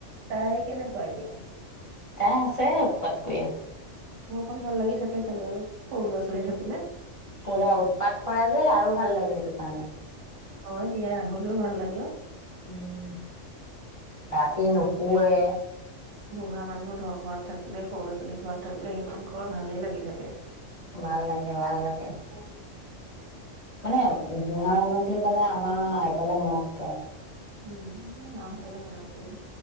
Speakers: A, on the right; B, on the left.
A: তাই কেনেকুৱা এতিয়া?
B: তাই আছে উৎপাত কৰি।
A: ঘৰখন ভাল লাগি থাকে চাগৈ আৰু, সৰু ল'ৰা ছোৱালী
B: ও'
A: থাকিলে
B: পুৰা উৎপাত। কৰে যে আৰু ভাল লাগে সেইটো কাৰণে,
A: অ' দিয়া হলেও ভাল লাগে অ'
B: উম, তাত ই নোশোৱে।
A: বুঢ়া মানুহৰ ঘৰত থাকিলে, সৰু ল'ৰা ছোৱালী ঘৰত থাকিলে সেইখন ঘৰ ভালেই লাগি থাকে।
B: ভাল লাগে, ভাল লাগে।
A: উম
B: মানে বুঢ়া মানুহ বুলি কলে আমাৰ আইতলৈ মনত পৰে।
A: উম, মোৰ মাহঁতলে মত পৰি অ'